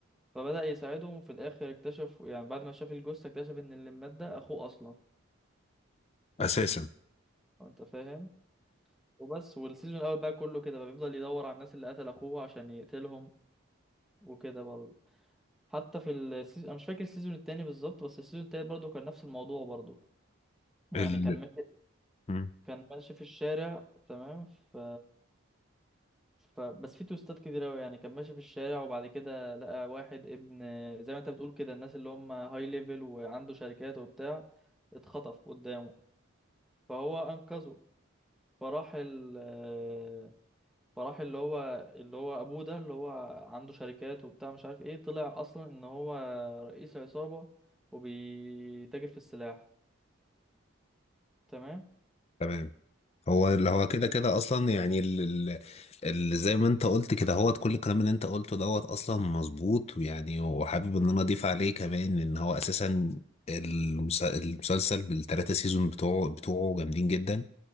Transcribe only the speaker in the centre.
فبدأ يساعدهم وفي الآخر اكتشف يعني بعد ما شاف الجثة اكتشف إن اللي مات ده أخوه أصلا
أنت فاهم وبس والسيزون الأول بقى كله كده بقى بيفضل يدور على الناس اللي قتل أخوه عشان يقتلهم وكده برضه حتى في السيزون أنا مش فاكر السيزون التاني بالظبط بس السيزون التالت برضه كان نفس الموضوع برضه يعني
كان ماشي
كان ماشي في الشارع تمام ف ف بس في توستات كتير أوي يعني كان ماشي في الشارع وبعد كده لقى واحد ابن زي ما أنت بتقول كده الناس اللي هم هاي ليفل وعنده شركات وبتاع اتخطف قدامه فهو انقذه فراح ال آه، فراح اللي هو اللي هو ابوه ده اللي هو عنده شركات وبتاع مش عارف ايه طلع اصلا ان هو رئيس عصابة وبيتاجر في السلاح تمام
ف...